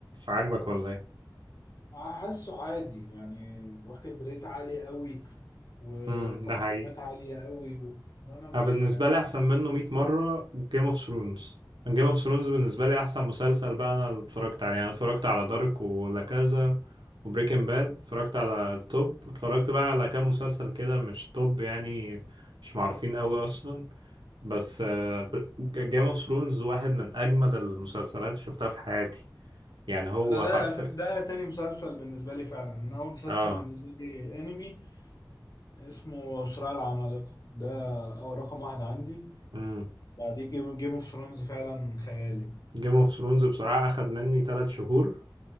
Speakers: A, on the right; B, on the left.
A: عاجبك ولا ايه
B: حاسه عادي يعني واخد ريت عالي قوي وتقييمات
A: امم ده حقيقي
B: عالية قوي و... وانا مش
A: انا بالنسبه
B: يعني
A: لي احسن منه 100 مره جيم اوف ثرونز جيم اوف ثرونز بالنسبه لي احسن مسلسل بقى انا اللي اتفرجت عليه يعني انا اتفرجت على دارك ولا كذا وبريكنج باد اتفرجت على توب اتفرجت بقى على كام مسلسل كده مش توب يعني مش معروفين قوي اصلا بس جيم اوف ثرونز واحد من اجمد المسلسلات اللي شفتها في حياتي يعني هو
B: انا ده
A: حرفيا
B: ده تاني مسلسل بالنسبة لي فعلا انا اول مسلسل
A: اه
B: بالنسبة لي انمي اسمه صراع العمالقة ده اول رقم واحد عندي
A: امم
B: بعديه جيم جيم اوف ثرونز فعلا خيالي
A: جيم اوف ثرونز بصراحه اخد مني 3 شهور